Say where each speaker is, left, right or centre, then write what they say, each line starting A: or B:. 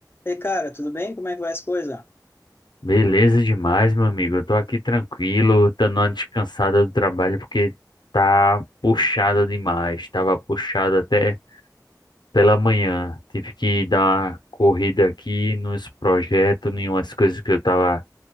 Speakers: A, on the left; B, on the left.
A: E cara, tudo bem? Como é que vai as coisas?
B: Beleza demais, meu amigo. Eu tô aqui tranquilo, dando uma descansada do trabalho porque tá puxada demais. Tava puxado até pela manhã. Tive que dar uma corrida aqui nos projetos, em umas coisas que eu tava